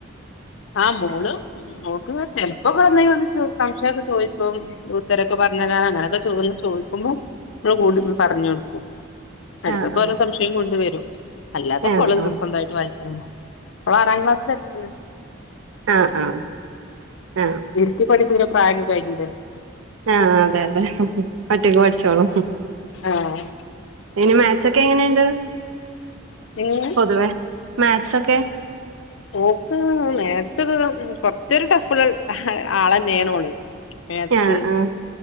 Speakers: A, on the left; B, on the right.
A: ആഹ് മോൾ മോൾക്ക് ഇങ്ങനെ ചെലപ്പോ വ്ടെ എന്തെങ്കിലുംക്കെ സംശയൊക്കെ ചോയിക്കും ഉത്തരൊക്കെ പറഞ്ഞരാന് അങ്ങനെയൊക്കെചോയ് വന്നു ചോദിക്കുമ്പോ മ്മൾ കൂടിരിന്ന് പറഞ് കൊടുക്കും എടേക്കൊക്കെ
B: ആഹ് ആഹ്
A: ഓരോ സംശയം കൊണ്ട് വരും.. അല്ലാത്തപ്പോ
B: ആഹ്
A: ഓൾ
B: ആഹ്
A: സ്വന്തായിട്ട് വായിക്കും ഓൾ ആറാം ക്ലാസ്സിൽ എത്തീണ്
B: അ ആഹ്.. ആഹ്
A: ഇരുത്തി പഠിപ്പിണ പ്രായക്കെ കയിഞ്ഞില്ലേ
B: ആഹ് അതെ അതെ ഒറ്റക്ക് പഠിച്ചോളും
A: ആഹ്..
B: ഈന് മാത്‍ സൊക്കെ എങ്ങനെയ്ണ്ട്
A: എങ്ങനെ?
B: പൊതുവേ മാത്‍സൊക്കെ
A: മാത്‍സ് മാത്‍സ് ഒക്കെ കുറച്ച് ഒരു ടഫുള്ള ആളെന്നെണ് ഓള് മാത്‍സ്
B: ആഹ് ആഹ്